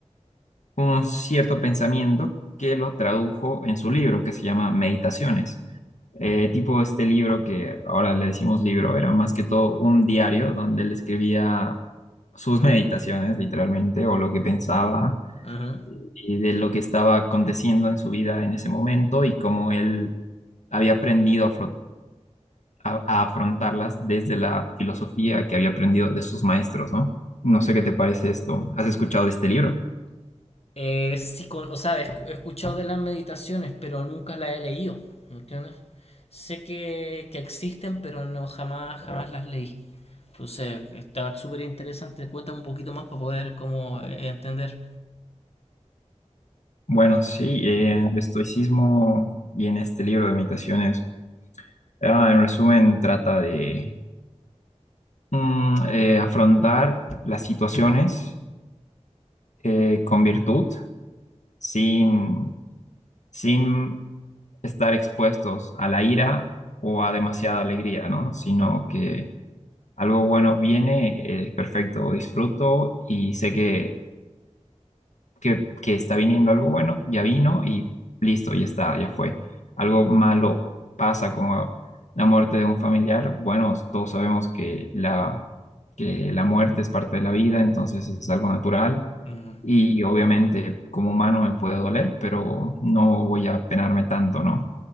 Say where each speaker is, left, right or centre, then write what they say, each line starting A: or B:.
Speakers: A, on the left (about 75°); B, on the left (about 55°).
A: un cierto pensamiento que lo tradujo en su libro que se llama Meditaciones. Eh, tipo este libro que ahora le decimos libro, era más que todo un diario donde él escribía sus <laughs> meditaciones, literalmente, o lo que pensaba
B: Ujú.
A: y de lo que estaba aconteciendo en su vida en ese momento y cómo él había aprendido a, afro- a- a afrontarlas desde la filosofía que había aprendido de sus maestros, ¿no? No sé qué te parece esto. ¿Has escuchado de este libro?
B: Eh, sí, con- o sea, he escu- he escuchado de las meditaciones, pero nunca las he leído, ¿entiendes? Sé que, que existen, pero no jamás, jamás las leí. Entonces, está súper interesante. Cuéntame un poquito más para poder como eh, entender.
A: Bueno, sí, eh, en el estoicismo y en este libro de meditaciones, ah, en resumen, trata de Mm, eh, afrontar las situaciones eh, con virtud, sin, sin estar expuestos a la ira o a demasiada alegría, ¿no? Sino que algo bueno viene, eh, es perfecto, disfruto y sé que que, que está viniendo algo bueno, ya vino y listo, ya está, ya fue. Algo malo pasa como la muerte de un familiar, bueno, todos sabemos que la, que la muerte es parte de la vida, entonces es algo natural
B: Mm,
A: y obviamente como humano me puede doler, pero no voy a penarme tanto, ¿no?